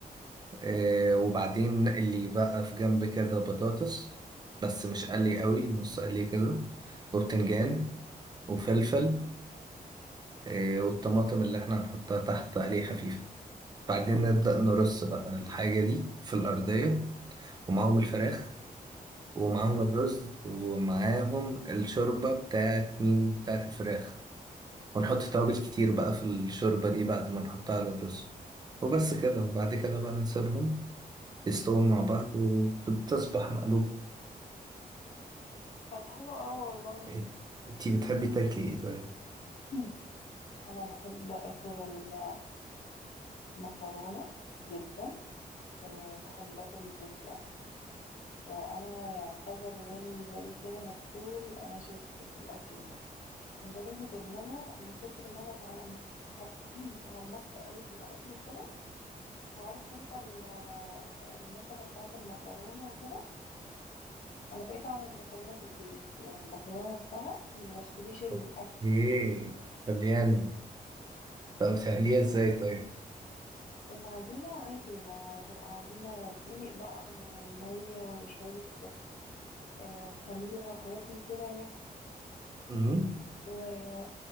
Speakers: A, on the right; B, on the left.
A: آه، وبعدين نقلي بقى في جنب كده بطاطس بس مش قلي قوي نص قلي كده وبتنجان وفلفل آه، والطماطم اللي احنا هنحطها تحت قلي خفيف بعدين نبدأ نرص بقى الحاجة دي في الأرضية ومعاهم الفراخ ومعاهم الرز ومعاهم الشوربة بتاعت مين؟ بتاعت الفراخ ونحط توابل كتير بقى في الشوربة دي بعد ما نحطها على الرز وبس كده وبعد كده بقى نسيبهم يستووا مع بعض وبتصبح مقلوبة
B: طب حلو قوي والله
A: إيه؟ انتي بتحبي تاكلي ايه طيب؟
B: <clears throat> انا بحب اكل ال- المكرونة جدا آه، بحب اكل البيتزا وانا يعتبر يعني زي كده ما تقول انا شيف في الاكل ده لدرجه ان انا من كتر ما انا تعم... تعم... <clears throat> تعمقت قوي في الاكل وكده عارف انت ال- المكنه بتاعه المكرونه وكده انا بقيت اعمل مكرونه في البيت يعني المكرونه نفسها ما بشتريش الاكل
A: اوكي طلياني طب بتعمليها ازاي طيب؟
B: العجينه عادي ما تبقى عجينه دقيق بقى وميه وشويه آه، خميره وحاجات من كده
A: مهم.
B: يعني